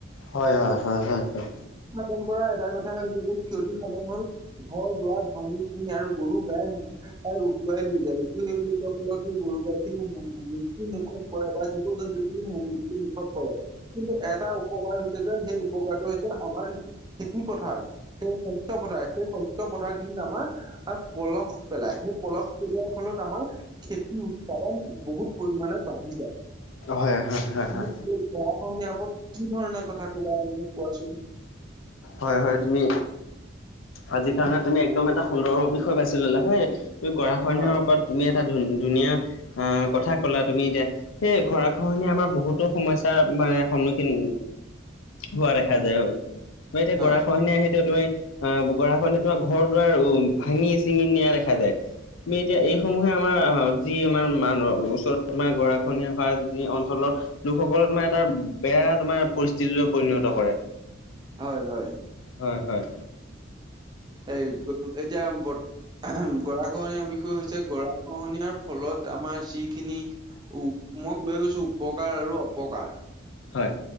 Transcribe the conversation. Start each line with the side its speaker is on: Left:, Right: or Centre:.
Left: হয় হয় হয় হয় হয়
Right: কাম কৰা এটাই কথা হৈছে যে ক্ষতি সাধন হল। ঘৰ দুৱাৰ ভাঙি চিঙি আৰু গৰু গাই এই উটুৱাই লৈ যায়। <unintelligible> তাৰ ফলত সেই গৰু গাই খিনি মৃত্যু মুখত পৰে বা জীৱ-জন্তু খিনি মৃত্যু মুখত পৰে। কিন্তু, এটা উপকাৰ হৈছে যে, সেই উপকাৰটো হৈছে আমাৰ খেতি-পথাৰ। সেই শস্য পথাৰ সেই শস্য পথাৰ খিনিত আমাৰ আৰু পলস পেলাই, সেই পলস পেলোৱাৰ ফলত আমাৰ খেতি উৎপাদন বহুত পৰিমানে বাঢ়ি যায়।
Left: হয় হয় হয়।
Right: তুমি
Left: হয়
Right: আজি গৰাখহনীয়া ওপৰত কি ধৰণৰ কথা কবা মোক কোৱাচোন?
Left: হয়, হয়। তুমি আজি কাৰণে তুমি একদম এটা সুন্দৰ বিষয় বাছি ললা হয় তুমি গৰাখহনীয়াৰ
Right: হয়
Left: ওপৰত তুমি এটা ধনু- ধুনীয়া আহ কথা ক'লা। তুমি এতিয়া সেয়ে গৰাখহনীয়া আমাৰ বহুতো সমস্যাৰ মানে সন্মুখীন হোৱা দেখা যায়। ত' এতিয়া
Right: হয়
Left: গৰাখনীয়া আহি এতিয়া তুমি অহ, গৰাখহনীয়া তোমাৰ ঘৰ দুৱাৰ উম, ভাঙি-চিঙি নিয়া দেখা যায়। আমি এতিয়া এইসমূহে আমাৰ যি আমাৰ মানুহ ওচৰত তোমাৰ গৰাখহনীয়া হোৱা যি অঞ্চলৰ লোকসকলৰ তোমাৰ এটা বেয়া তোমাৰ পৰিস্থিতিলৈ পৰিণত কৰে।
Right: হয়-হয়।
Left: হয়-হয়।
Right: এই এতিয়া বৰ্ত গৰাখহনীয়াৰ বিষয় হৈছে গৰাখহনীয়াৰ ফলত আমাৰ যিখিনি উপ-মই কৈ গৈছো উপকাৰ আৰু অপকাৰ।
Left: হয়